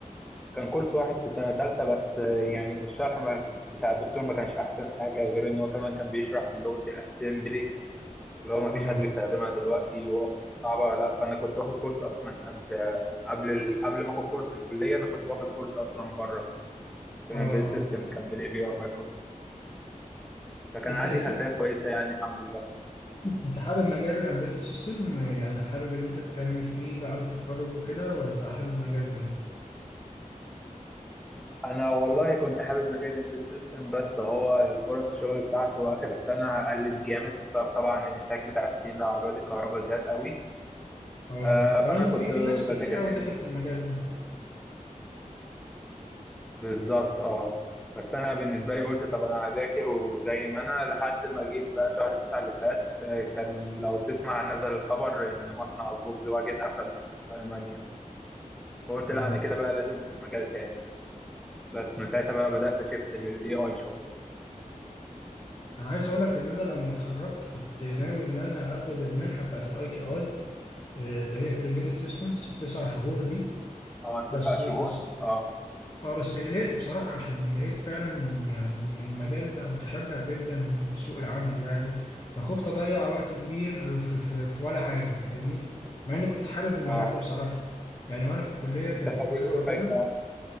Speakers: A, in the centre; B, on the left.
A: كان كورس واحد في سنه ثالثه بس آه، يعني الشرح ما بتاع الدكتور ما كانش احسن حاجه غير ان هو كمان كان بيشرح بلغه الاسمبلي اللي هو ما
B: اه
A: فيش حد بيستخدمها دلوقتي وصعبه ولا لا فانا كنت واخد كورس اصلا قبل قبل قبل ما اخد كورس الكليه انا كنت واخد كورس اصلا بره بالامبيد
B: اه اه
A: سيستم كان بالاي بي ار مايكرو فكان
B: أنت
A: عندي
B: أنت
A: خلفيه كويسه يعني الحمد لله
B: انت حابب مجال الامبيدد سيستم يعني حابب ان انت تكمل فيه بعد التخرج وكده ولا حابب مجال تاني
A: انا والله كنت حابب مجال الامبيد سيستم بس هو الفرص الشغل بتاعته اخر السنه قلت جامد بسبب طبعا الانتاج بتاع الصين لعربيات الكهرباء زاد قوي
B: اه
A: آه
B: وكمان
A: فانا كنت
B: في في ناس كتير
A: بذاكر
B: قوي
A: في الامبيد
B: دخلت المجال ده
A: بالظبط اه بس انا بالنسبه لي قلت طب انا هذاكر وزي ما انا لحد ما جيت بقى شهر تسعة اللي فات آه، كان لو تسمع نزل الخبر ان مصنع فولكس واجن قفل في المانيا فقلت
B: اه
A: لا انا كده بقى لازم اشوف مجال تاني بس من ساعتها بقى بدأت اشفت للاي اي شوية
B: انا عايز اقول لك ان انا لما اتخرجت كنت ناوي ان انا اخد المنحه بتاعت الاي تي اي اللي هي في الامبيدد سيستمز التسع شهور دي
A: عملت
B: بس
A: تسع
B: بس
A: شهور اه
B: اه بس قلقت بصراحة عشان لقيت فعلا يعني المجال بقى متشبع جدا في سوق العمل يعني فخفت أضيع وقت كبير في, في, في ولا حاجة فاهمني مع إني كنت حابب المجال
A: اه
B: ده بصراحة يعني وأنا في الكلية كان
A: انت
B: في
A: خريج
B: مشروع
A: دفعة
B: كده
A: كام؟